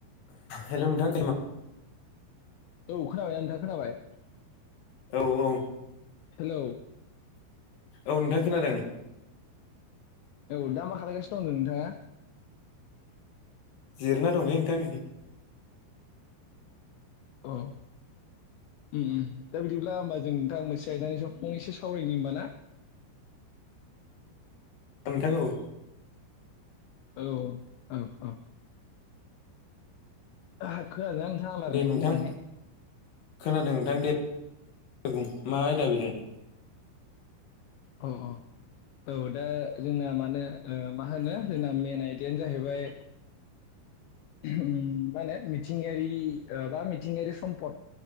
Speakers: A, on the left; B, on the left.
A: हेल' नोंथां
B: औ खोनाबायना नोंथाङा खोनाबाय?
A: औ औ
B: हेलौ
A: औ नोंथां खोनादों।
B: औ दा मा खालायगासिनो दं होनदों नोंथाङा?
A: जिरना दंलै नोंथां नै।
B: औ उम उम दा बिदिब्ला होमबा जों नोंथां मोनसे आयदानि सायाव फंनैसो सावरायनि होनबा ना? <inaudible>
A: नोंथां औ
B: औ औ औ खोनादोंना नोंथाङा रायलायनायखौ
A: दे नोंथां
B: मोजाङै?
A: खोनादों नोंथां दे बुं। मा आयदा बेलाय?
B: अ अ औ दा जोंना मानो मा होनो जोंना मेन आयदायानो जाहैबाय उम माने मिथिंगायारि बा मिथिंगायारि सम्पद